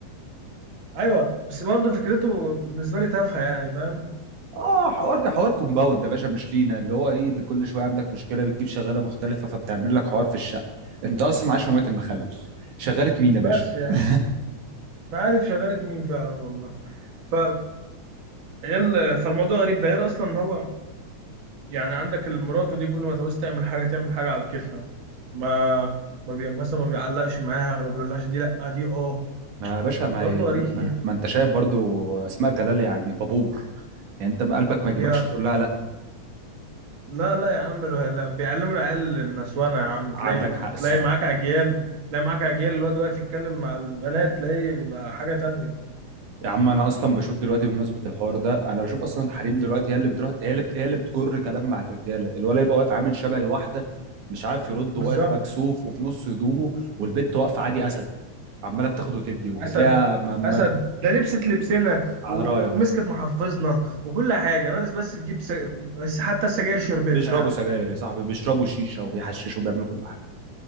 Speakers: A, on the right; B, on the right.
A: ايوه بس برضه فكرته بالنسبه لي تافهه يعني فاهم
B: اه حوار حوار كومباوند يا باشا مش لينا اللي هو ايه اللي كل شويه عندك مشكله بتجيب شغاله مختلفه فبتعمل لك حوار في الشقه انت اصلا عايش في مويه المخلل شغاله مين يا
A: بس
B: باشا
A: يعني
B: <laughs>
A: ما عارف شغاله مين فعلا والله ف يلا- فالموضوع غريب ده غير اصلا ان هو يعني عندك المراته دي كل ما تعوز تعمل حاجه تعمل حاجه على كيفها ما ما بي... مثلا ما بيعلقش معاها ما بيقولهاش دي لا دي اه
B: ما يا باشا ما
A: برضه
B: هي-
A: غريب
B: ما ما-
A: يعني
B: ما انت شايف برضو اسماء جلال يعني بابور يعني انت قلبك ما يجيبكش
A: يا
B: تقول لها لا
A: لا لا يا عم لا لا. بيعلموا العيال النسوانه يا عم تلاقي
B: عندك حق الصراحه
A: تلاقي معاك اجيال تلاقي معاك اجيال الواد واقف يتكلم مع البنات تلاقيه بيبقى حاجه تانية
B: يا عم انا اصلا بشوف دلوقتي بمناسبه الحوار ده انا بشوف اصلا الحريم دلوقتي هي اللي بتروح هي اللي بت- هي اللي بتجر كلام مع الرجاله الولد يبقى واقف عامل شبه الواحده مش عارف يرد
A: بالظبط
B: وواقف مكسوف وفي نص هدومه والبت واقفه عادي اسد عماله بتاخد وتدي وبتفيها
A: اسد
B: ما ما
A: اسد ده لبست لبسنا
B: على
A: ومسكت
B: رايك
A: محافظنا وكل حاجه ناقص بس تجيب س... بس حتى السجاير شربتها
B: بيشربوا
A: يا عم
B: سجاير يا صاحبي بيشربوا شيشه وبيحششوا وبيعملوا كل حاجه